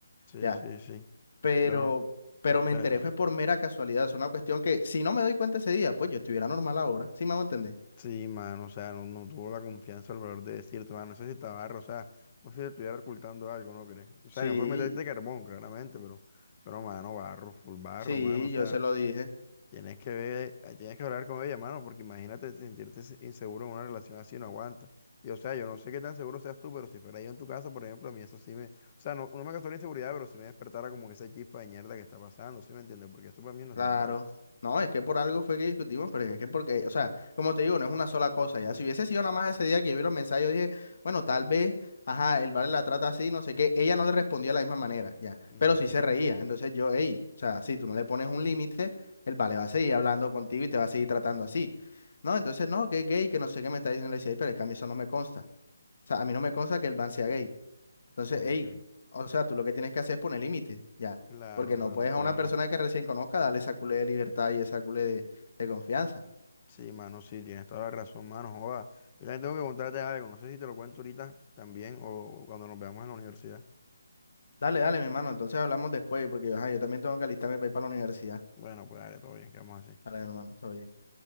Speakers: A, on the left (about 30°); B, on the left (about 60°).
A: sí,
B: ya.
A: sí, sí.
B: Pero,
A: Pero,
B: pero me
A: pero.
B: enteré fue por mera casualidad, es una cuestión que si no me doy cuenta ese día, pues yo estuviera normal ahora, ¿sí me hago entender?
A: Sí, mano, o sea, no, no tuvo la confianza o el valor de decirte, mano, eso sí está barro, o sea, no sé si te estuviera ocultando algo, ¿no crees? O sea,
B: Sí,
A: el informe está de carbón, claramente, pero, pero, mano, barro, full barro,
B: Sí,
A: mano, o sea,
B: yo se lo dije,
A: tienes que ver, eh, tienes que hablar con ella, mano, porque imagínate sentirte se- inseguro en una relación así, no aguanta. Y, o sea, yo no sé qué tan seguro seas tú, pero si fuera yo en tu casa, por ejemplo, a mí eso sí me, o sea, no, no me causó la inseguridad, pero sí me despertara como que esa chispa de mierda que está pasando, ¿sí me entiendes? Porque eso para mí no
B: claro.
A: es normal.
B: No, es que por algo fue que discutimos, pero es que porque, o sea, como te digo, no es una sola cosa, ya. Si hubiese sido nada más ese día que yo vi los mensajes, yo dije, bueno, tal vez, ajá, el vale la trata así, no sé qué. Ella no le respondía de la misma manera, ya.
A: Ujú,
B: Pero sí se reía. Entonces yo, hey, o sea, si tú no le pones un límite, el vale va a seguir hablando contigo y te va a seguir tratando así. No, entonces no, que es gay, que no sé qué me está diciendo. Le decía, "Ey, pero es que a mí eso no me consta. O sea, a mí no me consta que el van sea gay. Entonces,
A: Ok,
B: hey, o sea, tú lo que tienes que hacer es poner límites, ya.
A: claro,
B: Porque
A: mano,
B: no puedes
A: claro.
B: a una persona que recién conozca darle esa culé de libertad y esa culé de, de confianza.
A: Sí, mano, sí, tienes toda la razón, mano. Joda. Yo también tengo que contarte algo. No sé si te lo cuento ahorita también o cuando nos veamos en la universidad.
B: Dale, dale, mi hermano. Entonces hablamos después, porque ajá, yo también tengo que alistarme para ir para la universidad.
A: Bueno, pues dale, todo bien, quedamos así.
B: Dale, mi hermano. todo bien.